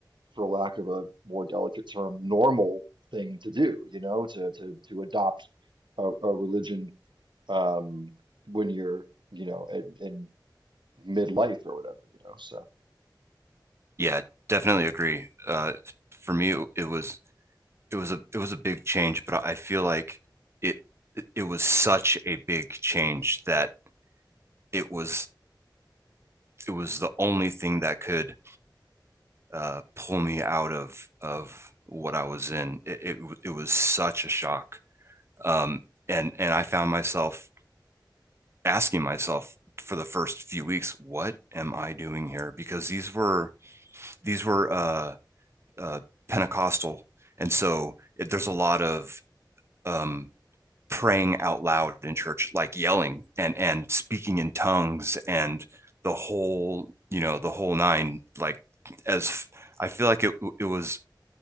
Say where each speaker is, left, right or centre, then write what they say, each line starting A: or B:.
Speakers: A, on the right; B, on the right.
A: for lack of a more delicate term, normal thing to do, you know, to to to adopt a, a religion um when you're, you know, in, in midlife or whatever, you know. So
B: Yeah, definitely agree. Uh, for me, it, it was, it was a, it was a big change, but I feel like it, it, it was such a big change that it was, it was the only thing that could uh, pull me out of, of what I was in. It, it, it was such a shock. Um, and and I found myself asking myself for the first few weeks, what am I doing here? Because these were these were uh, uh, Pentecostal, and so it, there's a lot of um, praying out loud in church, like yelling and and speaking in tongues and the whole you know the whole nine. Like as I feel like it it was